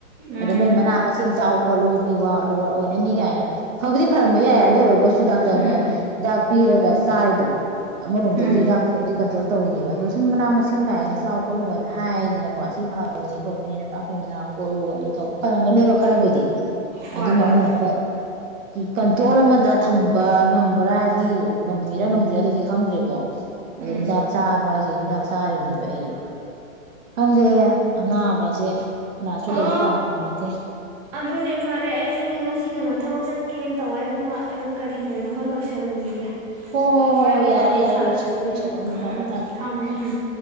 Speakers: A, on the right; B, on the right.
A: ꯎꯝ
B: ꯑꯗ ꯃꯣꯏ ꯃꯅꯥ ꯃꯁꯤꯡ ꯆꯥꯎ ꯈꯣꯠꯂꯨ ꯕꯤ ꯄꯤ ꯂꫭ ꯑꯣꯏꯅꯅꯤ ꯀꯥꯏꯅ ꯐꯥꯕꯨꯗꯤ ꯐꯔꯝꯕ ꯌꯥꯏ ꯑꯗꯨ ꯑꯣꯏꯔꯒꯁꯨꯨ ꯗꯥꯛ ꯇ꯭ꯔꯅ
A: ꯎꯝ
B: ꯍꯤꯗꯥꯛ ꯄꯤ ꯔꯒ ꯆꯥꯏꯗꫭ ꯑꯃꯔꯣꯝꯗꯕꯨꯗꯤ
A: ꯎꯝ
B: ꯗꯥꯛꯇꯨꯅꯕꯨꯗꯤ ꯀꯟꯇ꯭ꯔꯣꯜ ꯇꯧꯔꯤꯅꯦꯕ ꯑꯗꯣ ꯁꯨꯝ ꯃꯅꯥ ꯃꯁꯤꯡ ꯀꯥꯏꯅ ꯆꯥꯎ ꯈꯠꯂꯨ ꯀ ꯍꯥꯏꯗꯅ ꯍꯥꯏꯗꯅ ꯀꯣ ꯁꯤ ꯐꯕꯅꯤ ꯈꯣꯠꯄꯅꯤꯅ ꯅꯄꯥꯛꯄꯤ ꯄꯥꯅꯥ ꯈꯣꯠꯂꯨ ꯑꯗꯨ ꯐꯔꯝꯒꯅꯦꯕ ꯈꯔꯕꯨꯗꯤ
A: ꯍꯣꯏ
B: ꯑꯗꯨꯃꯛꯃꯛꯅ
A: ꯍꯣꯏ
B: ꯍꯦꯛꯇ ꯀꯟꯇ꯭ꯔꯣꯜ ꯑꯃꯗ ꯊꯝ ꯕ ꯉꯝꯕ꯭ꯔꯥ ꯍꯥꯏꯕꯗꯤ ꯉꯝꯃꯤꯔꯥ ꯉꯝꯗ꯭ꯔꯤꯔꯥ ꯑꯗꯨꯗꯤ ꯈꯪꯗ꯭ꯔꯦꯀꯣ ꯑꯗꯣ
A: ꯎꯝ
B: ꯍꯤꯗꯥꯛ ꯆꯥꯕ ꯍꯥꯏꯁꯦ ꯍꯤꯗꯥꯛ ꯆꯥꯔꯤꯝꯅꯦꯕ ꯑꯩꯖꯨ ꯈꯪꯗꯦ ꯑꯅꯥꯕꯆꯦ ꯀꯅꯥꯁꯨ
A: ꯑꯣ
B: ꯂꯩ ꯄꯥꯝꯕ ꯅꯠꯇꯦ
A: ꯑꯗꯨꯅꯦ ꯐꯔꯦ ꯑꯩꯁꯨꯅꯦ ꯉꯁꯤ ꯀꯩꯅꯣ ꯊꯕꯛ ꯆꯠꯀꯦꯅ ꯇꯧꯋꯦ ꯑꯗꯨꯅ ꯑꯩꯁꯨ ꯀꯔꯤ ꯀꯔꯤꯅꯣ ꯈꯔ ꯂꯣꯏꯁꯤꯜꯂꯨꯈꯤꯒꯦ
B: ꯍꯣ ꯍꯣ ꯍꯣ
A: ꯍꯣꯔꯦꯟ
B: ꯍꯣꯏ
A: ꯀꯣꯟꯅꯣ
B: ꯌꯥꯔꯦ
A: ꯑꯃꯨꯛ
B: ꯌꯥꯔꯦ
A: ꯁꯥꯟꯅꯔꯁꯤ
B: ꯂꯣꯏꯁꯤꯜꯂꯣ ꯂꯣꯏꯁꯤꯜꯂꯣ
A: ꯎꯝ ꯎꯝ
B: ꯊꯝꯃꯦ
A: ꯎꯝ
B: ꯊꯝꯃꯦ
A: ꯊꯝꯃ ꯎꯝ